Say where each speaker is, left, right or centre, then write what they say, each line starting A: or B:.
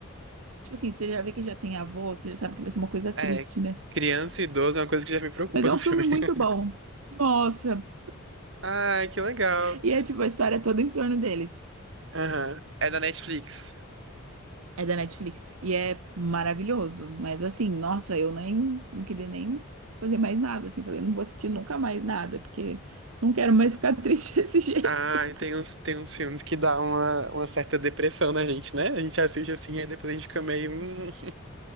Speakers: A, on the right (about 75°); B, on the right (about 60°).
A: Tipo assim, você já vê que já tem avô, você já sabe que vai ser uma coisa triste,
B: É,
A: né?
B: criança e idoso é uma coisa que já me preocupa
A: Mas é
B: no
A: um
B: filme.
A: filme muito
B: <laughs>
A: bom. Nossa.
B: Ai, que legal.
A: E é tipo a história é toda em torno deles.
B: Aham. É da Netflix.
A: É da Netflix e é maravilhoso. Mas assim, nossa, eu nem não queria nem fazer mais nada. Assim, falei, não vou assistir nunca mais nada, porque não quero mais ficar <laughs> triste desse jeito.
B: Ai, tem uns, tem uns filmes que dá uma, uma certa depressão na gente, né? A gente assiste assim, e depois a gente fica meio. "Hum". hum."